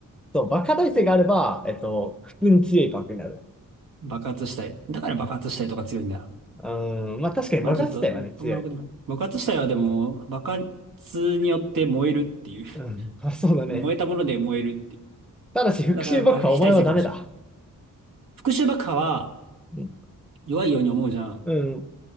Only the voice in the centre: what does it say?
そう、爆破耐性があれば、えっと、普通に強いパークになる。
うん、まあ確かに爆発自体はね、
強い。
うん、<laughs> あ、そうだね。
ただし、復讐爆破はお前はダメだ。
うん。
うん